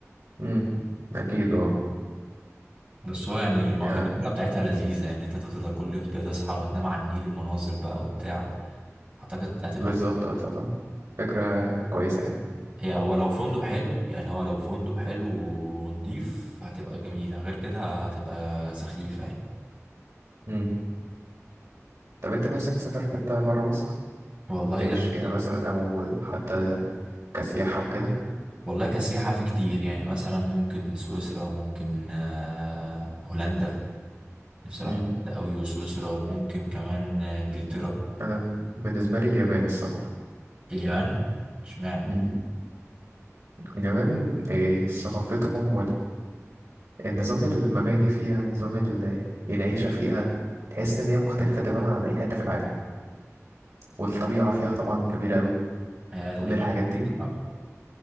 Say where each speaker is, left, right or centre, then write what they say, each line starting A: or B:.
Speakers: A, on the right (about 70°); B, on the right (about 20°).
A: امم اكيد اه
B: بس هو يعني الم-
A: يعني
B: الفكرة بتاعتها لذيذة يعني انت تفضل كل يوم كده تصحى وتنام على النيل المناظر بقى وبتاع أعتقد هتبقى
A: بالظبط اه طبعا فكرة كويسة يعني
B: هي هو لو فندق حلو يعني هو لو فندق حلو ونضيف هتبقى جميلة غير كده هتبقى سخيفة يعني
A: امم طب انت نفسك تسافر حتة برا مصر
B: والله
A: تعيش
B: لا في-
A: فيها مثلا او حتى كسياحة وكده
B: والله كسياحة في كتير يعني مثلا ممكن سويسرا ممكن آه، هولندا نفسي اروح
A: امم
B: هولندا قوي وسويسرا وممكن كمان آه، انجلترا
A: انا بالنسبة لي اليابان الصراحة
B: اليابان اشمعنى
A: امم جمال إيه، ثقافتهم والنظام المباني فيها نظام ال- العيشة فيها تحس إن هي مختلفة تماما عن أي حتة في العالم والطبيعة فيها طبعا جميلة أوي
B: آه، اليابان
A: كل الحاجات
B: خطيرة
A: دي
B: طبعا